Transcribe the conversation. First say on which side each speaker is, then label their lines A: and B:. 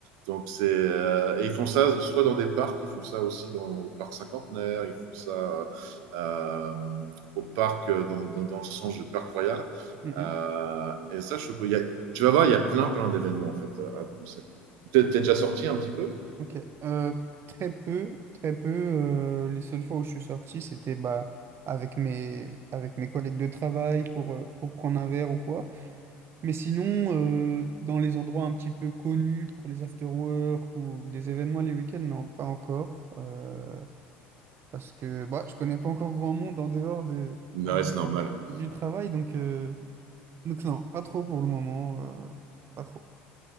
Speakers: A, on the right; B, on the right.
A: Donc c'est euh, et ils font ça soit dans des parcs, ils font ça aussi dans au parc cinquantenaire, ils font ça euh, euh, au parc euh, dans, dans, dans le sens du parc royal.
B: mhm,
A: Euh, et ça, je, trouve y a- tu vas voir, il y a plein plein d'événements en fait à à Bruxelles. T'es t'es déjà sorti un petit peu?
B: Ok. Euh, très peu, très peu. euh, les seules fois où je suis sorti, c'était bah, avec mes, avec mes collègues de travail pour, euh, pour prendre un verre ou quoi. Mais sinon, euh, dans les endroits un petit peu connus pour les after-work ou des événements les week-ends, non, pas encore. Euh, Parce que bah, je connais pas encore grand monde en dehors de,
A: Ouais,
B: en dehors
A: c'est normal.
B: du, du travail, donc, euh, donc non, pas trop pour le moment. euh, pas trop.